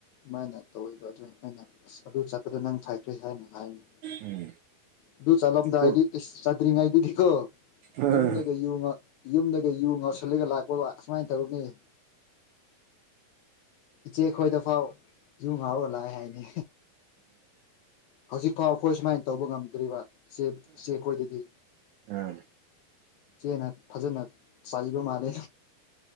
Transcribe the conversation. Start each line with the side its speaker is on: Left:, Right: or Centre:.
Left: ꯃꯥꯅ ꯇꯧꯋꯦꯕ ꯑꯗꯨꯏ ꯅꯠꯇꯅ ꯑꯁ ꯑꯗꯨ ꯆꯠꯄꯗ ꯅꯪ ꯐꯥꯏꯈ꯭ꯔꯦ ꯍꯥꯏꯅ ꯍꯥꯏꯅꯤ
Right: ꯎꯝ
Left: ꯑꯗꯨ ꯆꯠꯂꯝꯗꯥꯏꯗꯤ
Right: ꯑꯗꯨ
Left: ꯏꯁ ꯆꯠꯗ꯭ꯔꯤꯉꯩꯗꯗꯤꯀꯣ
Right: ꯑꯥ
Left: ꯌꯨꯝꯗꯒ ꯌꯨ ꯉ ꯌꯨꯝꯗꯒ ꯌꯨ ꯉꯧꯁꯤꯜꯂꯒ ꯂꯥꯛꯄꯗ ꯑꯁꯨꯃꯥꯏ ꯇꯧꯅꯤ <inaudible> ꯏꯆꯦ ꯈꯣꯏꯗ ꯐꯥꯎ ꯌꯨ ꯉꯥꯎꯔꯒ ꯂꯥꯛꯑꯦ ꯍꯥꯏꯅꯦ ꯍꯧꯖꯤꯛꯐꯥꯎ ꯑꯩꯈꯣꯏ ꯁꯨꯃꯥꯏ ꯇꯧꯕ ꯉꯝꯗ꯭ꯔꯤꯕ ꯆꯦ ꯆꯦꯈꯣꯏꯗꯗꯤ
Right: ꯑꯥ
Left: ꯆꯦꯅ ꯐꯖꯅ ꯆꯥꯏꯕ ꯃꯥꯜꯂꯦ